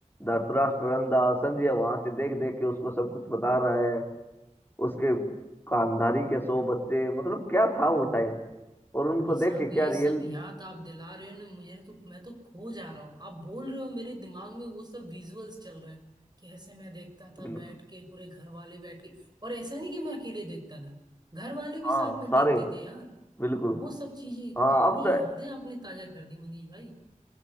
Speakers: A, on the left; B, on the right.
A: धृतराष्ट्र अंधा संजय वहां से देख देख के उसको सब कुछ बता रहा है उसके खानदारी के सौ बच्चे मतलब क्या था वो टाइम और उनको
B: भाई साहब
A: देख के क्या
B: ये सब
A: रियल
B: याद आप दिला रहे हो ना मुझे तो मैं तो खो जा रहा हूँ आप बोल रहे हो मेरे दिमाग में वो सब विजुअल्स चल रहे हैं कैसे मैं देखता था
A: बिल्कुल
B: बैठ के पूरे घर वाले बैठ के और ऐसा नहीं कि मैं अकेले देखता था घर वाले भी
A: हाँ
B: साथ में
A: सारे
B: देखते थे यार
A: बिल्कुल
B: वो सब चीजें
A: हाँ
B: कितनी
A: अब तो
B: यादें आपने ताजा कर दी मनीष भाई